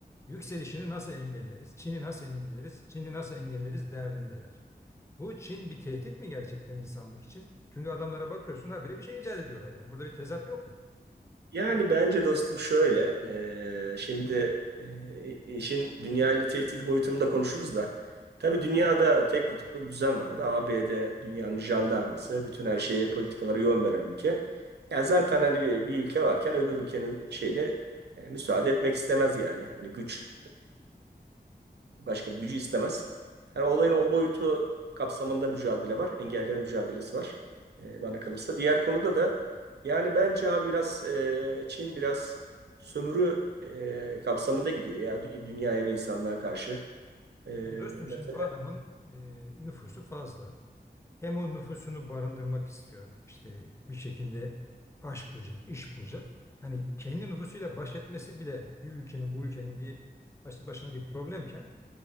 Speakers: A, on the left; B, on the right.
A: yükselişini nasıl engelleriz, Çin'i nasıl engelleriz, Çin'i nasıl engelleriz derdindeler. Bu Çin bir tehdit mi gerçekten insanlık için? Çünkü adamlara bakıyorsun habire bir şey icat ediyorlar yani. Burada bir tezat yok mu?
B: Yani bence dostum şöyle, e, şimdi e, işin dünya ile tehdit boyutunu da konuşuruz da. Tabii dünyada tek kutuplu bir düzen vardı. ABD dünyanın jandarması, bütün her şeye politikalara yön veren ülke. Ya zaten hani bir, bir ülke varken öbür ülkenin şeyine e, müsaade etmek istemez yani. Hani güç Başka bir gücü istemez. Yani olayın o boyutu kapsamında mücadele var. Engelleme mücadelesi var. e, bana kalırsa. Diğer konuda da yani bence abi biraz e, Çin biraz sömürü e, kapsamında gidiyor ya dü- dünyaya ve insanlığa karşı. E,
A: Peki dostum
B: mesela
A: şimdi bu adamın e, nüfusu fazla. Hem o nüfusunu barındırmak istiyor. İşte bir şekilde aş bulacak, iş bulacak. Hani kendi nüfusuyla baş etmesi bile bir ülkenin, bu ülkenin bir başlı başına bir problemken